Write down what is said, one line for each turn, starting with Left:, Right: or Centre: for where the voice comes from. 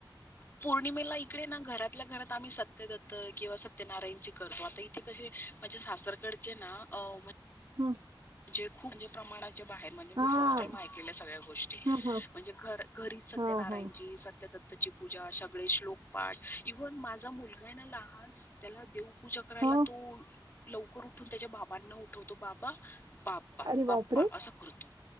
Left: <unintelligible> मला इकडे ना घरातल्या घरात आम्ही सत्य दत्त किंवा सत्यनारायणची करतो आता इथे कशे माझे सासरकडचे ना अं
Right: हं.
Left: म्हणजे खूप प्रमाणाच्या बाहेर म्हणजे
Right: हा
Left: मी फर्स्ट टाईम ऐकलेल्या सगळ्या गोष्टी
Right: हा हा
Left: म्हणजे घर घरी सत्यनारायण
Right: हा हा
Left: ची सत्य दत्त पूजा सगळे श्लोक पाठ इव्हन माझा मुलगा हे ना लहान त्याला <unintelligible> पूजा करायला
Right: हा
Left: तो लवकर उठून त्याच्या बाबांना उठवतो बाबा बाप्पा
Right: अरे बापरे
Left: बाप्पा असं करतो